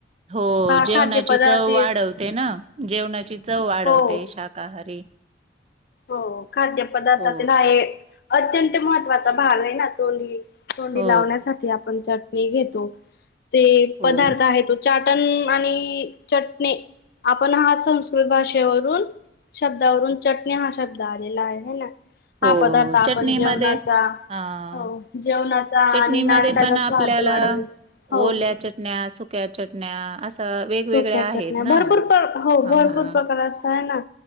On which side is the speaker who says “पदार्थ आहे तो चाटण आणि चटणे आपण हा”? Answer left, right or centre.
Left